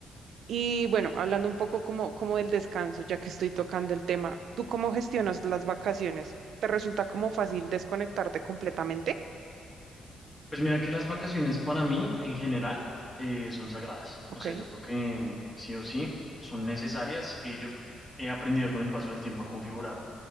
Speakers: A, on the right; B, on the left.
A: Y bueno, hablando un poco como, como del descanso, ya que estoy tocando el tema, ¿tú cómo gestionas las vacaciones? ¿Te resulta como fácil desconectarte completamente?
B: Pues mira que las vacaciones para mí en general eh, son sagradas.
A: Ok.
B: O sea, yo creo que sí o sí son necesarias y yo he aprendido con el paso del tiempo a configurar